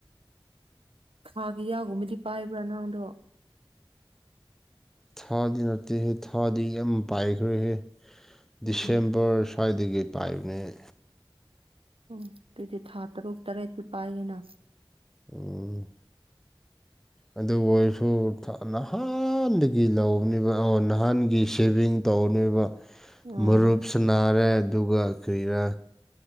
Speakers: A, on the right; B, in the centre.
A: ꯊꯥꯒꯤ ꯌꯥꯒꯨꯝꯕꯗꯤ ꯄꯥꯏꯕ꯭ꯔꯥ ꯅꯪꯗꯣ
B: ꯊꯥꯒꯤ ꯅꯠꯇꯦꯍꯦ ꯊꯥꯗꯤ ꯌꯥꯝ ꯄꯥꯏꯈ꯭ꯔꯦꯍꯦ ꯗꯤꯁꯦꯝꯕꯔ
A: ꯎꯝ
B: ꯁ꯭ꯋꯥꯏꯗꯒꯤ ꯄꯥꯏꯕꯅ‌ꯦ
A: ꯎꯝ ꯑꯗꯨꯗꯤ ꯊꯥ ꯇꯔꯨꯛ ꯇꯔꯦꯠꯇꯤ ꯄꯥꯏꯌꯦꯅ
B: ꯎꯝ ꯑꯗꯨ ꯑꯣꯏꯔꯁꯨ ꯊꯥ ꯅꯍꯥꯟꯗꯒꯤ ꯂꯧꯅꯦꯕ ꯑꯣ ꯅꯍꯥꯟꯒꯤ ꯁꯦꯚꯤꯡ ꯇꯧꯅꯦꯕ
A: ꯎꯝ
B: ꯃꯔꯨꯞꯁꯨ ꯅꯥꯔꯦ ꯗꯨꯒ ꯀ꯭ꯔꯤꯔꯥ